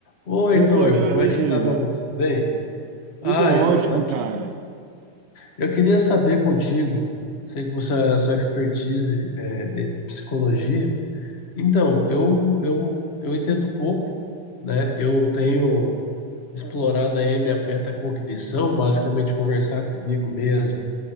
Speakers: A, on the left; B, on the right.
A: Oi, Heitor,
B: Opa, meu amigo.
A: como é que você tá, meu amigo? Tudo bem? Ah,
B: Tudo ótimo,
A: eu tô aqui.
B: cara.
A: Eu queria saber contigo, sei que você, é a sua expertise é em psicologia. Então, eu, eu, eu entendo pouco, né? Eu tenho explorado aí minha metacognição, basicamente conversar comigo mesmo